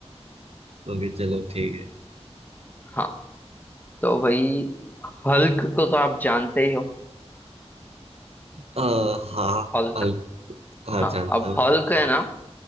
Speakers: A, on the right; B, on the left.
A: ओके चलो ठीक है
B: हाँ तो भाई हल्क को तो आप जानते ही हो
A: आ, हाँ
B: हल्क
A: अल- हाँ
B: हाँ
A: जानता
B: अब
A: हूँ
B: हल्क है
A: हाँ
B: ना